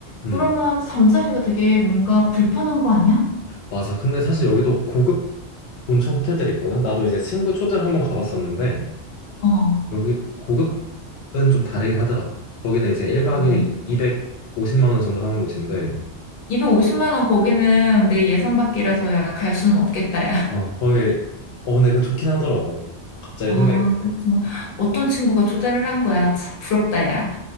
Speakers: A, on the left (about 75°); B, on the left (about 55°).
A: 음,
B: 그러면 잠자리가 되게 뭔가 불편한 거 아니야?
A: 맞아. 근데 사실 여기도 고급 온천 호텔들이 있거든. 나도 이제 친구 초대를 한번 가봤었는데,
B: 어.
A: 여기 고급은 좀 다르긴 하더라. 거기는 이제 1박에
B: 어.
A: 250만 원 정도 하는 곳인데,
B: 250만 원 거기는 내 예산 밖이라서야 갈 수는 없겠다, 야.
A: 어, 거의, 어, 근데 그건 좋긴 하더라고. 갑자기
B: 아,
A: 생각이 났네.
B: 그렇구나. 어떤 친구가 초대를 한 거야? 참 부럽다, 야.